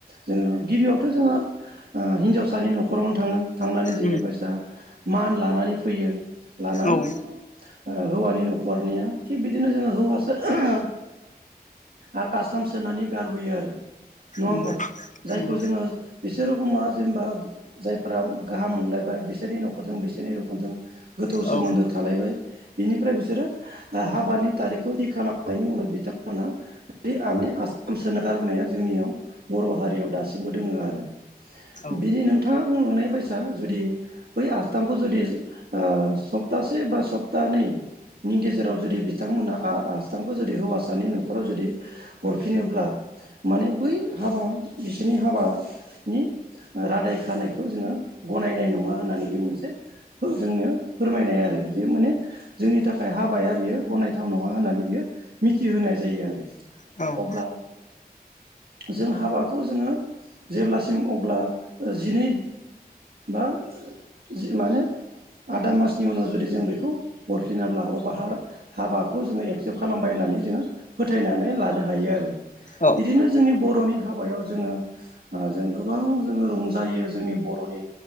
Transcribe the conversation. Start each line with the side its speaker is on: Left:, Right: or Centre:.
Right: जोंङो गिबियावथ' जोंङो ओ हिनजावसानि न'खरावनो थांङो । थांनानै
Left: उम
Right: जेरैबायसा मान लानानै फैयो लानानै
Left: औ
Right: ओ हौवानि न'खरनिया थिग बिदिनो जोंङो हौवासा आर आसथाम सोनानै गारबोयो आरो नंङा
Left: नंगौ
Right: होमब्ला जायखौ
Left: नंगौ
Right: जोंङो बिसोर रोखोमा जेनेबा जायफ्रा गाहाम मोनलायबाय बिसोरनि नखरजों बिसोरनि नखरजों गोथौ
Left: औ
Right: सोमोन्दो थालायबाय बिनिफ्राय बिसोरो ओ हाबानि थारिखखौ थि खालामनायनि उनाव बिथांमोना बे आंनि आस्थाम सोना गारबोनाया जोंनियाव बर' हारियाव दासिमबो दोंङो आरो
Left: औ
Right: बिदि नों नोंथांङा बुंलांनाय बायसा जुदि बै आस्थामखौ जुदि ओ सप्तासे बा सप्तानै नि गेजेराव जुदि बिथांमोना आ आस्थामखौ जुदि हौवासानि न'खराव जुदि हरफिनोब्ला माने बै हाबा बिसोरनि हाबा नि रादाय खानायखौ जोंङो गनायनाय नंङा होननानै बे मोनसे फो जोंनिया फोरमायनाय आरो बे माने जोंनि थाखाय हाबाया बियो गनायथाव नंङा होननानै बियो मिथिहोनाय जायो आरो।
Left: औ
Right: अब्ला जों हाबाखौ जोङो जेब्लासिम अब्ला जिनै बा जि माने आदा मासनि उनाव जुदि जों बेखौ हरफिनाब्ला अबा हार हाबाखौ जोङो एक्सेप्ट खालामबाय होननानै जोङो फोथायनानै लानो हायो आरो
Left: औ
Right: बिदिनो जोंनि बर'नि हाबायाव जोङो आ जों गोबां जोङो रंजायो जोंनि बर'नि